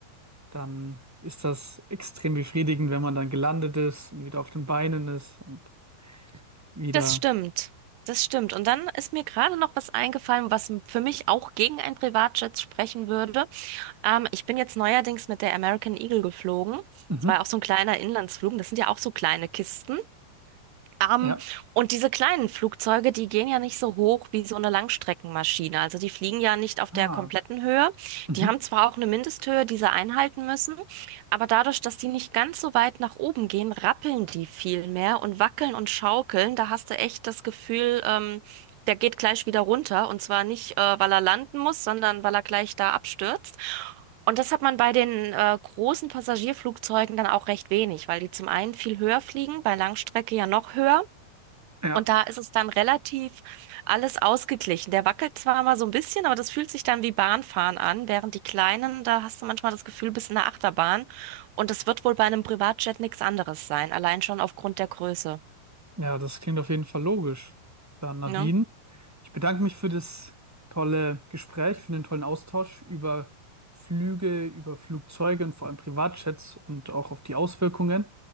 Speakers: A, in the centre; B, on the right.
A: dann ist das extrem befriedigend, wenn man dann gelandet ist und wieder auf den Beinen ist und wieder.
B: Das stimmt. Das stimmt. Und dann ist mir gerade noch was eingefallen, was m- für mich auch gegen einen Privatjet sprechen würde. Ähm, ich bin jetzt neuerdings mit der American Eagle geflogen.
A: Mhm.
B: Das war ja auch so ein kleiner Inlandsflug. Das sind ja auch so kleine Kisten. Ähm,
A: Ja.
B: und diese kleinen Flugzeuge, die gehen ja nicht so hoch wie so eine Langstreckenmaschine. Also die fliegen ja nicht auf
A: Ah.
B: der kompletten Höhe.
A: Mhm.
B: Die haben zwar auch eine Mindesthöhe, die sie einhalten müssen, aber dadurch, dass die nicht ganz so weit nach oben gehen, rappeln die viel mehr und wackeln und schaukeln. Da hast du echt das Gefühl, ähm, der geht gleich wieder runter. Und zwar nicht, äh, weil er landen muss, sondern weil er gleich da abstürzt. Und das hat man bei den äh, großen Passagierflugzeugen dann auch recht wenig, weil die zum einen viel höher fliegen, bei Langstrecke ja noch höher.
A: Ja.
B: Und da ist es dann relativ alles ausgeglichen. Der wackelt zwar mal so ein bisschen, aber das fühlt sich dann wie Bahnfahren an, während die kleinen, da hast du manchmal das Gefühl, bist in der Achterbahn. Und das wird wohl bei einem Privatjet nichts anderes sein, allein schon aufgrund der Größe.
A: Ja, das klingt auf jeden Fall logisch. Dann Nadine,
B: Ne?
A: ich bedanke mich für das tolle Gespräch, für den tollen Austausch über Flüge, über Flugzeuge und vor allem Privatjets und auch auf die Auswirkungen.